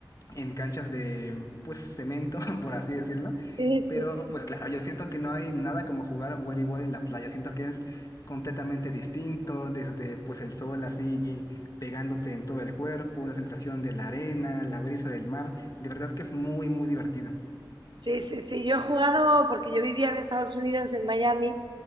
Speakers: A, on the left; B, on the right.
A: en canchas de, pues, cemento, <laughs> por así decirlo.
B: sí,
A: Pero pues claro, yo siento que no hay nada como jugar a voleibol en la playa. Siento que es completamente distinto, desde pues el sol así pegándote en todo el cuerpo, la sensación de la arena, la brisa del mar. De verdad que es muy, muy divertido.
B: sí, sí, sí. Yo he jugado, porque yo vivía en Estados Unidos, en Miami,